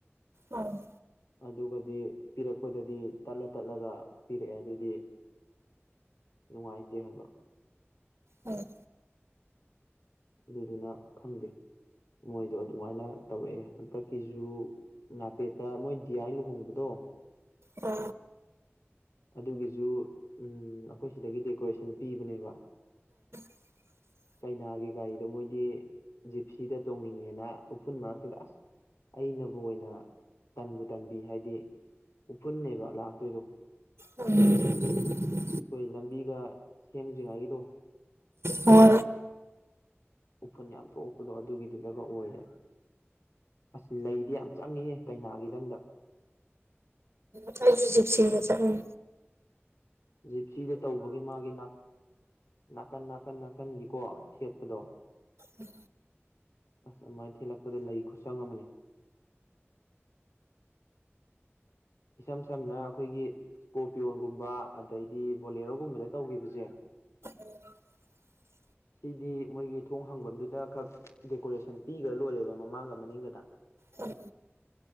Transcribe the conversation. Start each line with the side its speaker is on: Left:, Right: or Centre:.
Right: ꯎꯝ
Left: ꯑꯗꯨꯒꯗꯤ ꯄꯤꯔꯛꯄꯗꯗꯤ ꯇꯠꯂ ꯇꯠꯂꯒ ꯄꯤꯔꯛꯑꯦ ꯑꯗꯨꯗꯤ ꯅꯨꯡꯉꯥꯏꯇꯦ ꯍꯥꯏꯕꯣ
Right: ꯎꯝ
Left: ꯑꯗꯨꯗꯨꯅ ꯈꯪꯗꯦ ꯃꯣꯏꯗꯣ ꯑꯗꯨꯃꯥꯏꯅ ꯇꯧꯔꯛꯑꯦ ꯍꯟꯗꯛꯀꯤꯖ ꯅꯥꯄꯦꯠꯇ ꯃꯣꯏ ꯗꯤꯌꯥꯥꯏ ꯂꯨꯍꯣꯡꯕꯗꯣ ꯑꯣ
Right: ꯑ
Left: ꯑꯗꯨꯒꯤꯁꯨ ꯎ ꯑꯩꯈꯣꯏ ꯁꯤꯗꯒꯤ ꯗꯦꯀꯣꯔꯦꯁꯟ ꯄꯤꯕꯅꯦꯕ
Right: <inaudible>
Left: ꯀꯩꯅꯥꯒꯤ ꯒꯥꯔꯤꯗꯣ ꯃꯣꯏꯗꯤ ꯖꯤꯞꯁꯤꯗ ꯇꯣꯡꯅꯤꯡꯉꯦꯅ ꯎꯐꯨꯜ ꯃꯔꯛꯇꯨꯗ ꯑꯁ ꯑꯩꯅꯕꯨ ꯑꯣꯏꯅ ꯇꯟꯕꯨ ꯇꯟꯕꯤ ꯍꯥꯏꯗꯤ ꯎꯐꯨꯟꯅꯦꯕ ꯂꯥꯛꯇꯣꯏꯗꯣ
Right: ꯎꯝ
Left: ꯑꯩꯈꯣꯏ ꯂꯝꯕꯤꯒ ꯁꯦꯝꯗ꯭ꯔꯤꯉꯩꯒꯤꯗꯣ
Right: ꯍ
Left: ꯎꯐꯨꯟ ꯌꯥꯝ ꯊꯣꯛꯄꯗꯣ ꯑꯗꯨꯒꯤꯗꯨꯗꯒ ꯑꯣꯏꯔꯦ ꯑꯁ ꯂꯩꯗꯤ ꯌꯥꯝ ꯆꯪꯉꯤꯍꯦ ꯀꯩꯅꯥꯒꯤꯗꯪꯗ
Right: ꯊꯁꯨꯖꯤꯞꯁꯤꯒ ꯆ ꯎꯝ
Left: ꯖꯤꯞꯁꯤꯗ ꯇꯧꯕꯒꯤ ꯃꯥꯒꯤ ꯅꯥ ꯅꯥꯀꯟ ꯅꯥꯀꯟ ꯅꯥꯀꯟꯒꯤꯀꯣ ꯊꯦꯠꯄꯗꯣ
Right: ꯎꯝ
Left: ꯑꯁ ꯑꯗꯨꯃꯥꯏꯅ ꯊꯦꯜꯂꯛꯄꯗ ꯂꯩ ꯈꯨꯠꯁꯪ ꯑꯃꯅꯤ ꯏꯁꯝ ꯁꯝꯅ ꯑꯩꯈꯣꯏꯒꯤ ꯏꯁꯀꯣꯔꯄꯤꯌꯣꯒꯨꯝꯕ ꯑꯗꯩꯗꯤ ꯕꯣꯂꯦꯔꯣꯒꯨꯝꯕꯗ ꯇꯧꯒꯤꯈꯤꯕꯁꯦ
Right: <unintelligible>
Left: ꯁꯤꯗꯤ ꯃꯣꯏꯒꯤ ꯊꯣꯡ ꯍꯪꯐꯝꯗꯨꯗ ꯈꯛ ꯗꯦꯀꯣꯔꯦꯁꯟ ꯄꯤꯈ꯭ꯔ ꯂꯣꯏꯔꯦꯕ ꯃꯃꯥꯡꯒ ꯃꯅꯤꯡꯒꯗ
Right: ꯎꯝ